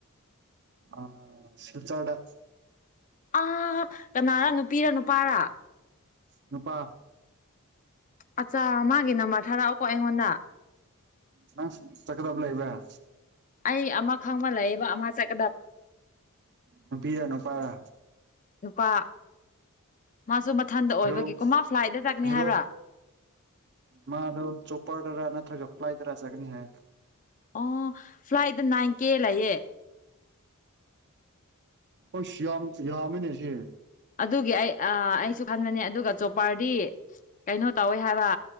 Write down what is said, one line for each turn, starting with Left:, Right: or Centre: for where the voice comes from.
Right: ꯑ ꯁꯤꯜꯆꯔꯗ
Left: ꯑ ꯀꯅꯥꯔꯥ ꯅꯨꯄꯤꯔꯥ ꯅꯨꯄꯥꯔꯥ
Right: ꯅꯨꯄꯥ
Left: ꯑꯠꯆꯥ ꯃꯥꯒꯤ ꯅꯝꯕꯔ ꯊꯥꯔꯛꯑꯣꯀꯣ ꯑꯩꯉꯣꯟꯗ
Right: ꯅꯪꯁ ꯆꯠꯀꯗꯕ ꯂꯩꯏꯕꯔꯥ
Left: ꯑꯩ ꯑꯃ ꯈꯪꯕ ꯂꯩꯌ‌ꯦꯕ ꯑꯃ ꯆꯠ
Right: ꯅꯨꯄꯤꯔꯥ ꯅꯨꯄꯥꯔꯥ
Left: ꯅꯨꯄꯥ ꯃꯥꯁꯨ ꯃꯊꯟꯇ ꯑꯣꯏꯕꯒꯤꯀꯣ
Right: ꯍꯦꯔꯣ
Left: ꯃꯥ ꯐ꯭ꯂꯥꯏꯠꯇ ꯆꯠꯀꯅꯤ
Right: ꯍꯦꯔꯣ
Left: ꯍꯥꯏꯕ꯭ꯔꯥ
Right: ꯃꯥꯗꯣ ꯆꯣꯞꯄꯔꯗꯔꯥ ꯅꯠꯇ꯭ꯔꯒ ꯐ꯭ꯂꯥꯏꯠꯗꯔꯥ ꯆꯠꯀꯅꯤ ꯍꯥꯏ
Left: ꯑꯣ ꯐ꯭ꯂꯥꯏꯠꯇ ꯅꯥꯏꯟ ꯀꯦ ꯂꯩꯌꯦ
Right: ꯑꯁ ꯌꯥꯝ ꯌꯥꯝꯃꯦꯅꯦꯁꯦ
Left: ꯑꯗꯨꯒꯤ ꯑꯩ ꯑ ꯑꯩꯁꯨ ꯈꯟꯕꯅꯦ ꯑꯗꯨꯒ ꯆꯣꯄꯔꯗꯤ ꯀꯩꯅꯣ ꯇꯧꯋꯦ ꯍꯥꯏꯕ